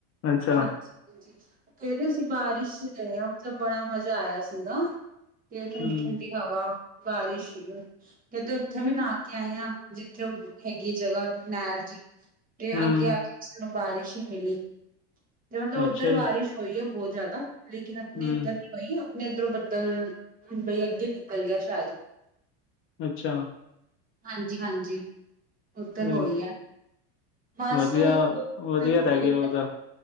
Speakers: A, on the left (about 40°); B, on the right (about 25°).
A: ਅੱਛਾ
B: ਹਾਂਜੀ। ਕਹਿ ਰਹੇ ਸੀ ਬਾਰਿਸ਼ ਆ ਮਤਲਬ ਬੜਾ ਮਜ਼ਾ ਆਇਆ ਸੀਗਾ। ਤੇ
A: ਹੂੰ
B: ਠੰਡੀ ਠੰਡੀ ਹਵਾ ਬਾਰਿਸ਼ ਕਹਿੰਦੇ ਉੱਥੇ ਵੀ ਨ ਕੇ ਆਏ ਹਾਂ ਜਿੱਥੇ ਉਹ ਹੈਗੀ ਜਗ੍ਹਾ ਨਹਿਰ ਜੀ ਤੇ
A: ਹੂੰ
B: ਅੱਗੇ ਆ ਕੇ ਸਾਨੂੰ ਬਾਰਿਸ਼ ਹੀ ਮਿਲੀ। ਤੇ ਮਤਲਬ ਉੱਧਰ
A: ਅੱਛਾ
B: ਬਾਰਿਸ਼ ਹੋਈ ਆ ਬਹੁਤ ਜ਼ਿਆਦਾ ਲੇਕਿਨ ਆਪਣੇ
A: ਜੀ ਹੂੰ
B: ਇੱਧਰ ਨੀ ਹੋਈ ਆ। ਇਧਰੋਂ ਬਦਲ ਹੁਣ ਬਈ ਅੱਗੇ ਨਿਕਲ ਗਿਆ ਸ਼ਾਇਦ
A: ਅੱਛਾ।
B: ਹਾਂਜੀ ਹਾਂਜੀ। ਉੱਧਰ
A: ਅ
B: ਹੋਈ ਹੈ ਬਸ
A: ਵਧੀਆ
B: ਤ
A: ਵਧੀਆ
B: ਹੋਈ
A: ਰਹਿ ਗਏ ਉਹ ਤਾਂ